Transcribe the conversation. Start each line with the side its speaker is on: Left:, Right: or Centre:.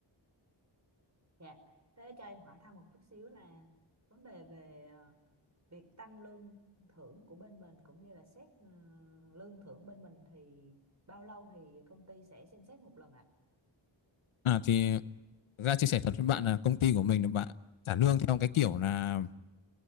Right: Dạ. Thế cho em hỏi thăm một chút xíu là vấn đề về ờ, việc tăng lương thưởng của bên mình cũng như là xét ờ, lương thưởng bên mình thì bao lâu thì công ty sẽ xem xét một lần ạ?
Left: à thì ra chia sẻ thật với bạn là công ty của mình là bạn trả lương theo cái kiểu là